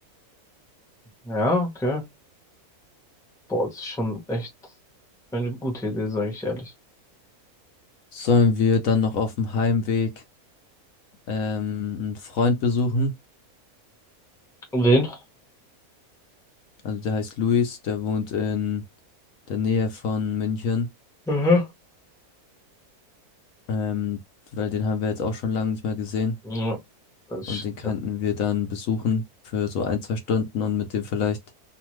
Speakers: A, in the centre; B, on the left (about 70°).
A: Ja, okay. Boah, das ist schon echt eine gute Idee, sage ich ehrlich.
B: Sollen wir dann noch auf dem Heimweg ähm, einen Freund besuchen?
A: Und den?
B: Also der heißt Luis, der wohnt in der Nähe von München.
A: Aha.
B: Ähm, weil den haben wir jetzt auch schon lange nicht mehr gesehen.
A: Ja, das
B: Und
A: ist,
B: den könnten
A: ja.
B: wir dann besuchen für so ein, zwei Stunden und mit dem vielleicht